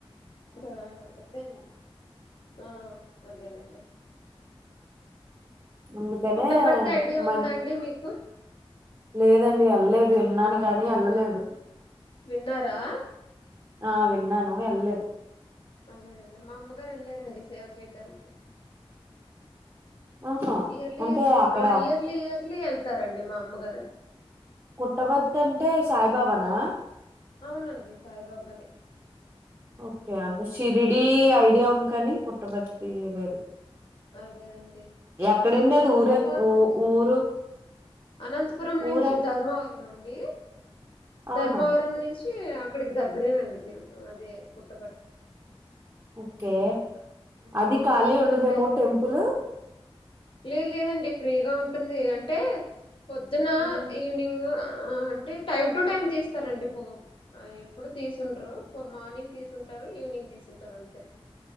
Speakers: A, on the left (about 55°); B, on the right (about 30°).
A: ఆ అదేనండి ఆ అదేనండి
B: అందుకనే
A: పుట్టపర్తి ఐడియా
B: మ
A: ఉందాండి మీకు
B: లేద ండి వెళ్ళలేదు విన్నాను కానీ వెళ్ళలేదు
A: విన్నారా
B: ఆ విన్నాను వెళ్ళలేదు
A: అదేనండి మా అమ్మగారు వెళ్ళారండి సేవ చేయడానికి
B: ఆహా
A: ఇయర్లీ
B: అంటే
A: ఇయర్లీ
B: అక్కడ
A: ఆ ఇయర్లీ ఇయర్లీ ఎళ్ తారండి మా అమ్మగారు
B: కుట్టభర్తీ అంటే సాయిబాబానా
A: అవునండి సాయిబాబానే
B: ఓకే అంటే షరిడి ఐడియా ఉంది కానీ పుట్టభర్తీ లేదు
A: అదే అండి
B: ఎక్కడండి
A: ఇప్పుడు చాలా
B: అది ఊరే
A: బాగుంటుందండి
B: ఊ ఊరు
A: అనంతపురం
B: ఊర
A: నుంచి ధర్మవరం అండి
B: ఆహా
A: ధర్మవరం నుంచి ఆ ఆక్కడికి దగ్గరేనండి తిరుగు అదే పుట్టపరతి
B: ఓకే అది
A: మా అమ్మ
B: ఖాళీ
A: వెళ్ళి
B: ఉండదేమో
A: అప్పుడే త్రీ
B: టెంపుల్
A: లేదు లేదండి ఫ్రీ గా ఉంటుంది అంటే పొద్దున
B: ఉమ్,
A: ఈవినింగ్ ఆ అంటే టైం టు టైం తీస్తారండి పు ఎప్పుడు తీసుండరు పో మార్నింగ్ తీసుంటారు ఈవినింగ్ తీసుంటారు అంతే